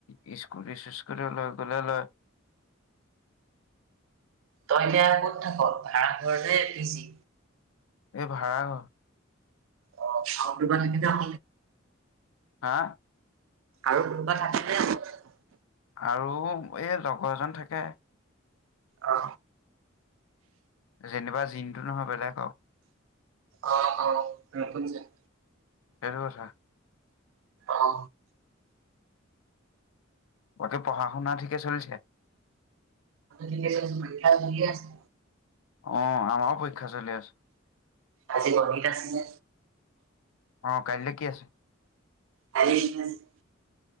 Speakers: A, on the left; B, on the right.
A: এই স্কুটি চিস্কুটি লৈ গ'লেও লয়
B: তই এতিয়া ক'ত থাক ভাড়া ঘৰতে না পিজি
A: এই ভাড়া ঘৰ
B: অ আও কিবা থাকি যাব
A: হা
B: আৰু কোনোবা থাকেনে অকলে
A: আৰু এই লগৰ এজন থাকে
B: অ
A: যেনিবা জিমটো নহয় বেলেগৰ
B: অ অ <unintelligible>
A: এনেকুৱা কথা
B: অ
A: অ তোৰ পঢ়া শুনা ঠিকে চলিছে
B: ঠিকে চলিছে পৰীক্ষা চলি আছে
A: অ আমাৰও পৰীক্ষা চলি আছে
B: আজি গণিত আছিলে।
A: অঁ কাইলে কি আছে?
B: <unintelligible>